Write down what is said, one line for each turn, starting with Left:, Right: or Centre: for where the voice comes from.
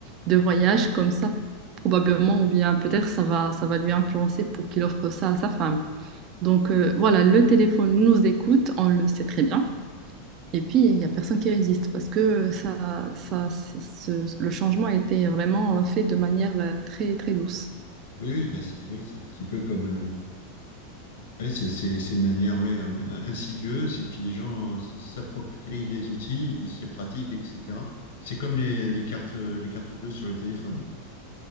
Right: de voyage, comme ça, probablement, ou bien peut-être ça va, ça va lui influencer pour qu'il offre ça à sa femme. Donc euh, voilà, le téléphone nous écoute, on le sait très bien. Et puis, il n'y a personne qui résiste parce que ça, ça, c'est- ce- le changement a été vraiment fait de manière euh, très, très douce.
Left: oui, oui, ben c'est oui, c'est un petit peu comme le, Oui, c'est c'est- c'est de manière ouais, in- insidieuse, et puis les gens euh, s- s'approprient les outils, ils disent c'est pratique, etc. C'est comme les, les cartes, euh, les cartes bleues sur le téléphone.